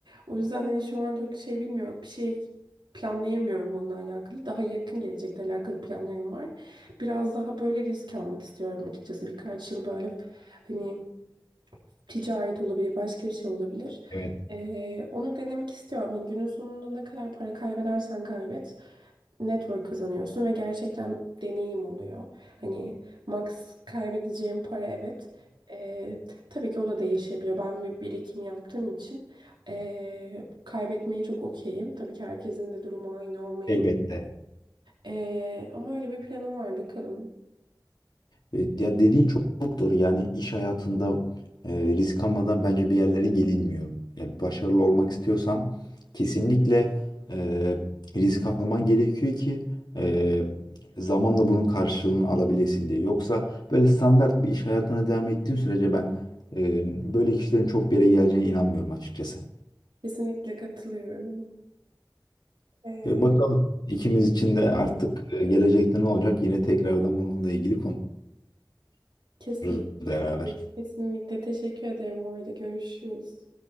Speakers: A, on the right; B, on the left.
A: O yüzden hani şu an çok şey bilmiyorum. Bir şey planlayamıyorum onunla alakalı. Daha yakın gelecekle alakalı planlarım var. Biraz daha böyle risk almak istiyorum açıkçası. Birkaç yıl böyle hani ticaret olabilir, başka bir şey olabilir.
B: evet,
A: Ee, onu denemek istiyorum. Hani günün sonunda ne kadar para kaybedersen kaybet, network kazanıyorsun ve gerçekten deneyim oluyor. Hani max kaybedeceğim para evet. Ee, tabii ki o da değişebiliyor. Ben bir birikim yaptığım için ee, kaybetmeyi çok okeyim. Tabii ki herkesin de durumu aynı olmayabilir.
B: elbette.
A: Ee, ama öyle bir planım var bakalım.
B: E, Ya dediğin çok, çok doğru. Yani iş hayatında e, risk almadan bence bir yerlere gelinmiyor. Ya başarılı olmak istiyorsan kesinlikle e, risk alman gerekiyor ki e, zamanla bunun karşılığını alabilesin diye. Yoksa böyle standart bir iş hayatına devam ettiğin sürece ben e, böyle kişilerin çok bir yere geleceğine inanmıyorum açıkçası.
A: Kesinlikle katılıyorum. Ee,
B: E, bakalım ikimiz için de artık e, gelecekte ne olacak? Yine tekrardan bununla ilgili
A: kesinlikle.
B: konuşuruz beraber.
A: Kesinlikle teşekkür ederim. Bu arada görüşürüz.